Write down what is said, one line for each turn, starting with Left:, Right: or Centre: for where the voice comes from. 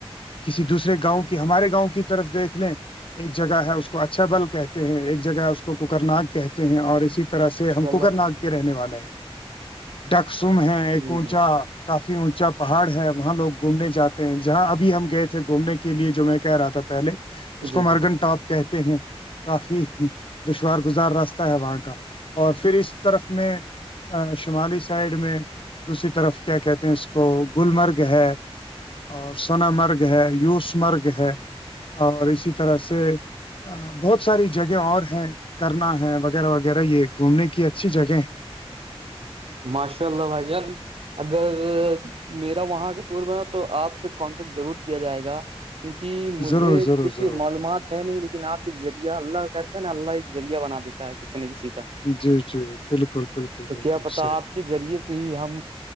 Left: کسی دوسرے گاؤں کی ہمارے گاؤں کی طرف دیکھ لیں ایک جگہ ہے اس کو کو اچھا بل کہتے ہیں ایک جگہ اس کو کوکر نگ کہتے ہیں اور اسی طرح سے
Right: ماشاء
Left: ہم
Right: اللہ
Left: کوکر نگ رہنے والے ہیں ڈکسم ہیں ایک
Right: جی
Left: اونچا
Right: جی
Left: کافی اونچا پہاڑ ہے وہاں لوگ گھومنے جاتے ہیں جہاں ابھی ہم گئے تھے گھومنے کے لیے جو میں کہہ رہا تھا پہلے اس
Right: جی
Left: کو مرگن
Right: جی
Left: ٹاپ کہتے ہیں کافی دشوار گزار راستہ ہے وہاں کا اور پھر اس طرف میں شمالی سائڈ میں دوسری طرف کیا کہتے ہیں اس کو گلمرگ ہے اور سثنا مرگ ہے یوس مرگ ہے اور اسی طرح سے بہت ساری جگہ اور ہیں کرنا ہے وغیرہ وغیرہ یہ گھومنے کی اچھی جگہ ہیں
Right: ماشاء اللہ بھائی جان اگر میرا وہاں کا ٹور میں تو آپ سے کانٹیکٹ ضرور کیا جائے گا کیونکہ مجھے
Left: ضرور ضرور
Right: دیکھیے
Left: ضرور
Right: معلومات ہے نہیں لیکن آپ کے ذریعہ اللہ کا کہتا ہے نا اللہ ایک ذریعہ بنا دیتا ہے کسی نہ کسی کا
Left: جی جی بالکل بالکل
Right: تو
Left: بالکل
Right: کیا پتا
Left: صحیح
Right: آپ کے ذریعے سے ہی ہم